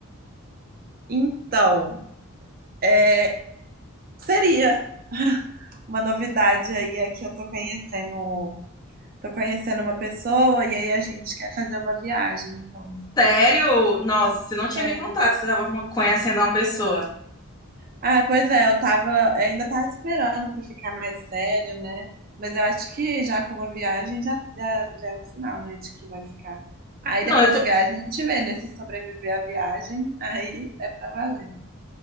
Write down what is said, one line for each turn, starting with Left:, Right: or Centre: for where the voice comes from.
Right: Então, é, seria uma novidade aí, é que eu tô conhecendo. Tô conhecendo uma pessoa e aí a gente quer fazer uma viagem, então,
Left: Sério? Nossa, você não tinha
Right: sério.
Left: me contado, você estava conhecendo uma pessoa.
Right: Ah, pois é, eu tava, ainda tava esperando pra ficar mais sério, né? Mas eu acho que já com uma viagem já, já, já é um sinal, né, de que vai ficar. Aí depois
Left: Não, eu tô,
Right: da viagem a gente vê, né, se sobreviver à viagem, <laughs> aí é pra valer.